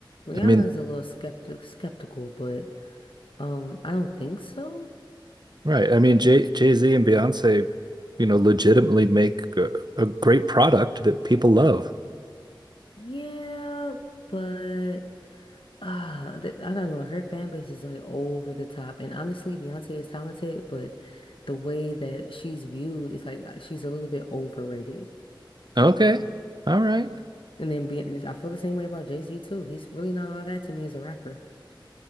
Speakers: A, on the left; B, on the right.
A: Rihanna
B: I mean,
A: is a little skeptic skeptical, but um I don't think so.
B: right. I mean, Jay Jay-Z and Beyonce, you know, legitimately make a, a great product that people love.
A: Yeah, but Ah, th I don't know. Her fan base is like over the top, and honestly, Beyonce is talented, but the way that she's viewed is like uh, she's a little bit overrated.
B: Okay. All right.
A: And then Be I feel the same way about Jay-Z too. He's really not all that to me as a rapper.